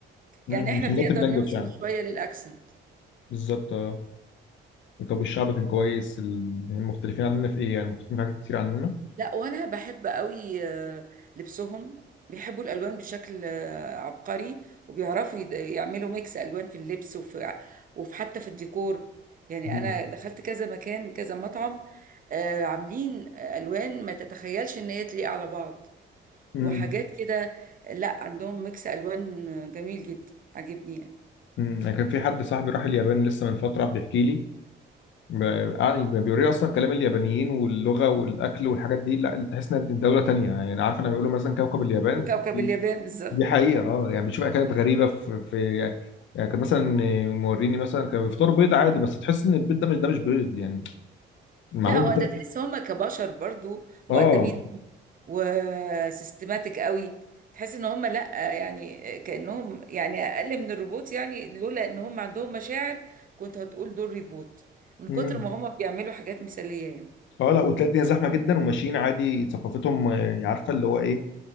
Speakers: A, on the right; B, on the left.
A: يعني
B: أمم.
A: احنا
B: مش
A: بنقدر
B: الناتيف لانجوج
A: نوصل
B: يعني
A: شويه للاكسنت
B: بالظبط اه طب والشعب كان كويس ال- هم مختلفين عننا في إيه يعني مختلفين في حاجات كتير عننا؟
A: لا وانا بحب قوي آه، لبسهم بيحبوا الالوان بشكل آه، عبقري وبيعرفوا يد- يعملوا ميكس الوان في اللبس وفي وفي حتى في الديكور يعني
B: امم
A: انا دخلت كذا مكان كذا مطعم آه، عاملين الوان ما تتخيلش ان هي تليق على بعض
B: أمم.
A: وحاجات كده لا عندهم ميكس الوان جميل جدا عجبني يعني
B: امم أنا كان في حد صاحبي راح اليابان لسه من فترة بيحكي لي ب- يعني بيوريه أصلا كلام اليابانيين واللغة والأكل والحاجات دي لا تحس إنها دولة تانية يعني عارف لما بيقولوا مثلا كوكب اليابان
A: وكوكب
B: دي
A: اليابان بالظبط
B: دي حقيقة أه يعني بتشوف أكلات غريبة في في يعني كان مثلا موريني مثلا كانوا بيفطروا بيض عادي بس تحس إن البيض ده مش ده مش بيض يعني معمول
A: لا هو
B: بتاع
A: انت تحس هم كبشر برضو مؤدبين
B: أه
A: وسيستماتيك قوي تحس ان هم لا يعني كأنهم يعني اقل من الروبوت يعني لولا ان هم عندهم مشاعر كنت هتقول دول ريبوت من
B: امم
A: كتر ما هم بيعملوا حاجات مثالية يعني
B: أه لا وتلاقي الدنيا زحمة جدا وماشيين عادي ثقافتهم آه، عارفة اللي هو إيه